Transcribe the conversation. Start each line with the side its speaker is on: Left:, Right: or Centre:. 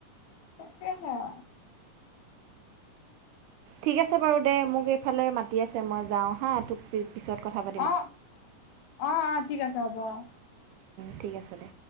Left: তাকয়া হে'।
Right: ঠিক আছে বাৰু দে মোক এইফালে মাতি আছে মই যাওঁ হা তোক। পিছত কথা পা।
Left: অ', অ', অ' ঠিক আছে হ'ব অ'
Right: ঠিক আছে দে।